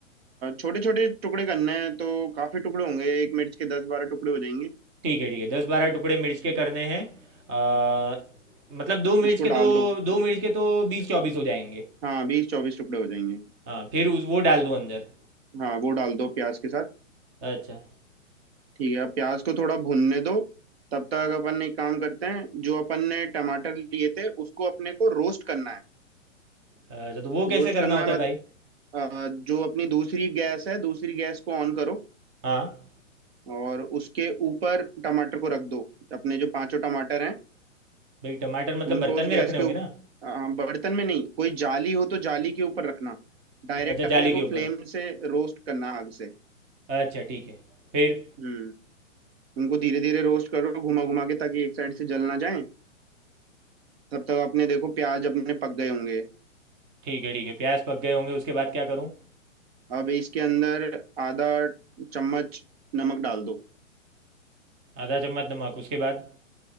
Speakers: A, on the right; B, on the right.
A: छोटे छोटे टुकड़े करने हैं तो काफी टुकड़े होंगे एक मिर्च के दस बारह टुकड़े हो जाएंगे
B: ठीक है ठीक है दस बारह टुकड़े मिर्च के करने हैं अ, मतलब दो मिर्च
A: इसको
B: के
A: डाल
B: तो
A: दो
B: दो मिर्च के तो बीस चौबीस हो जाएंगे
A: हाँ बीस चौबीस टुकड़े हो जाएंगे
B: हाँ फिर उस वो डाल दूँ अंदर
A: हाँ वो डाल दो प्याज के साथ
B: अच्छा
A: ठीक है अब प्याज को थोड़ा भुनने दो तब तक अपन एक काम करते हैं जो अपन ने टमाटर लिए थे उसको अपने को रोस्ट करना है
B: अच्छा तो वो कैसे
A: रोस्ट
B: करना
A: करना
B: होता
A: है मत
B: है भाई
A: अ, जो अपनी दूसरी गैस है दूसरी गैस को ऑन करो
B: हाँ
A: और उसके ऊपर टमाटर को रख दो अपने जो पांचों टमाटर हैं
B: भाई टमाटर मतलब
A: उनको
B: बर्तन
A: उस
B: में
A: गैस
B: रखने
A: के
B: होंगे
A: ऊप-
B: ना
A: अ, बर्तन में नहीं कोई जाली हो तो जाली के ऊपर रखना डायरेक्ट
B: अच्छा
A: अपने
B: जाली
A: को
B: के ऊपर
A: फ्लेम से रोस्ट करना आग से
B: अच्छा ठीक है फिर
A: हम्म उनको धीरे धीरे रोस्ट करो घुमा घुमा के ताकि एक साइड से जल ना जाए तब तक अपने देखो प्याज अपने पक गए होंगे
B: ठीक है ठीक है प्याज पक गए होंगे उसके बाद क्या करूँ
A: अब इसके अंदर आधा चम्मच नमक डाल दो
B: आधा चम्मच नमक उसके बाद